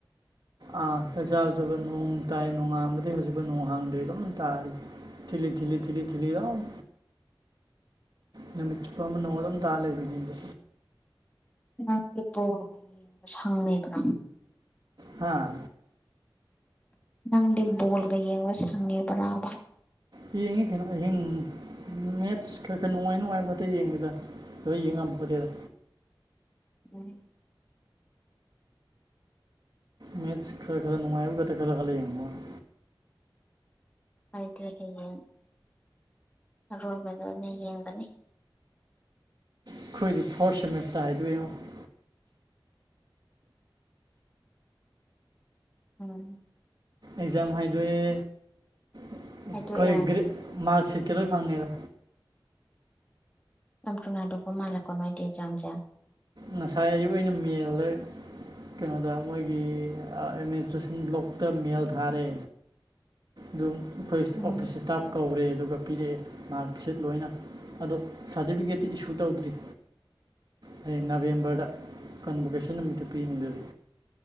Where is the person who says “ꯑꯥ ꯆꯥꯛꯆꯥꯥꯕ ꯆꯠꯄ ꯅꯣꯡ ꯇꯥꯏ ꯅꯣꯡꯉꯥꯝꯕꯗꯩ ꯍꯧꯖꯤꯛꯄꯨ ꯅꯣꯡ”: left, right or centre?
Right